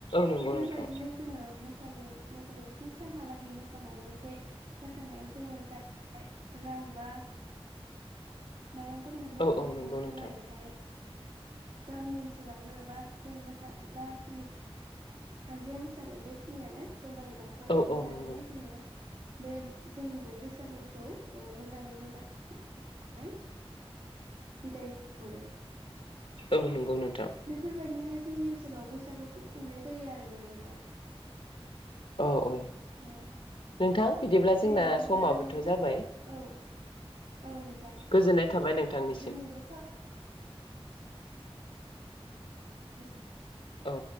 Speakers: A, on the left; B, on the right.
A: नंगौ
B: बेफोर
A: नोंथां
B: बायदिनो जोङो मोसायो मोसायो स्नि सानहालागै मोसानानै जे मोसानायाव जोङो जाय रां बा माइरंफोर मोन्दों
A: औ
B: बेखौ
A: औ नंगौ नोंथां
B: जमायैहाय गामि ओनसोलावनो बा जों मोसा जाखिनि हानजाया मोसादों बेखिनियानो जमायै लावखार ओंखाम
A: औ औ
B: जानानै
A: नंगौ
B: जोङो बे जोंनि बे बैसागुखौ ओ मोजाङै मोजां नै बिदाय हरो
A: औ नंगौ नोंथां
B: बेफोरबायदिनो जोंनि ओनसोलाव बैसागुखौ खुंनाय जायो आरोना नोंथां
A: अ औ
B: ओ
A: नोंथां बिदिब्ला जोंना
B: दे बिदिब्ला
A: समाबोथ'
B: नोंथां
A: जाबाय
B: औ औ नोंथां
A: गोजोननाय थाबाय नोंथांनिसिम
B: दिनैनि साव बे
A: औ